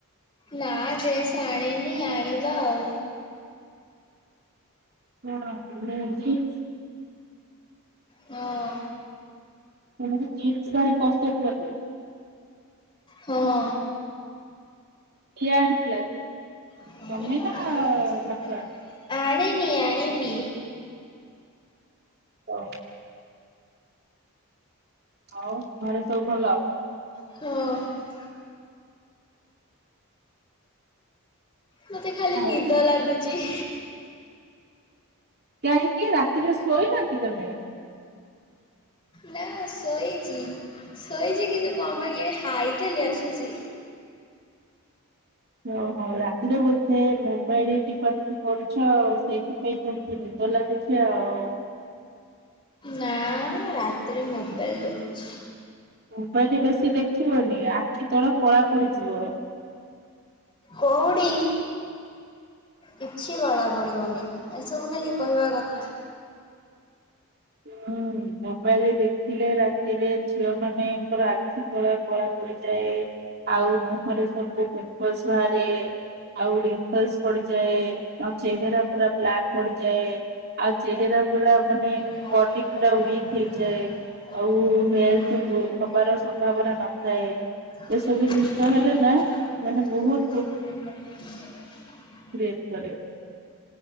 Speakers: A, on the left (about 20°); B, on the right (about 45°).
A: ନା ଡ୍ରେସ୍ ଆଣିନି ଆଣିବା ଆଉ।
B: <unintelligible>
A: ହଁ।
B: ତମ ଜିନ୍ସ ଭାରି ପସନ୍ଦ ଲାଗେ।
A: ହଁ।
B: କିଏ ଆଣିଥିଲା
A: <unintelligible>
B: ତମେ ନା ବାପା?
A: ଆଣିନି ଆଣିବି।
B: ଓ। ଆଉ ଘରେ ସବୁ ଭଲ?
A: ହଁ। ମତେ ଖାଲି
B: ଆଉ
A: ନିଦ ଲାଗୁଚି।
B: କାହିଁକି ରାତିରେ ଶୋଇନ କି ତମେ?
A: ନା ଶୋଇଚି। ଶୋଇଚି କିନ୍ତୁ ଙ୍କ ପାଇଁ କେଜାଣି ହାଇ ଖାଲି ଆସୁଚି।
B: ଓହୋ ରାତିରେ ବୋଧେ ମୋବାଇଲ ଟିପାଟିପି କରୁଛ ଆଉ ସେଇଥିପାଇଁ ନିଦ ଲାଗୁଚି ଆଉ।
A: ନା ରାତିରେ ମୋବାଇଲ ଦେଖୁଚି।
B: ମୋବାଇଲ୍ ବେଶୀ ଦେଖିବନି ଆଖି ତଳ କଳା ପଡିଯିବ।
A: କଉଡ଼ି କିଛି କଳା ପଡ଼ିବନି ଏସବୁ ଖାଲି କହିବା କଥା।
B: ହୁଁ ମୋବାଇଲ ଦେଖିଲେ ରା ତିରେ ଝିଅ ମାନେ ଙ୍କର ଆଖି ତଳେ କଳା ପଡିଯାଏ। ଆଉ ମୁହଁରେ ସବୁ ପିମ୍ପଲସ୍ ବାହାରେ। ଆଉ ରିପେଶ ପଡିଯାଏ। ଆଉ ଚେହେରା ପୁରା ବ୍ଲାକ୍ ପଡିଯାଏ ଆଉ ଚେହେରା ପୁରା ମାନେ
A: <unintelligible>
B: ବଡି ପୁରା ୱିକ ହେଇଯାଏ ଆଉ ହେଲ୍ଥ ହବାର ସମ୍ଭାବନା ନଥାଏ
A: <unintelligible>
B: ଏସବୁ ଜିନିଷ ହେଲେ ନା ମାନେ ବହୁତ ଦେ <unintelligible> କରେ।